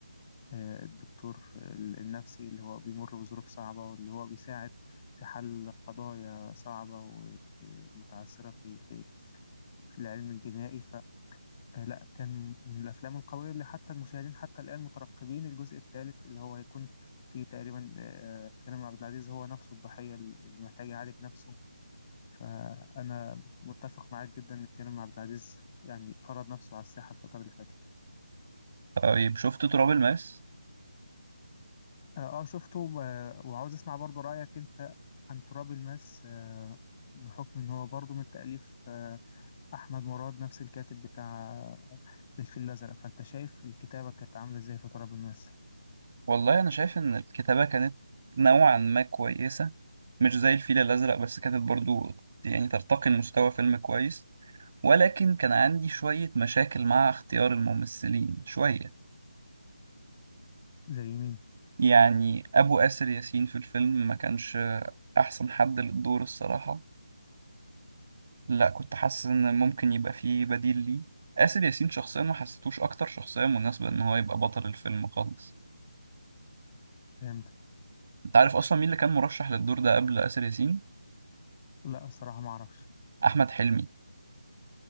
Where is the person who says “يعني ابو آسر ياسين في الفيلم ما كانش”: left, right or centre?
Right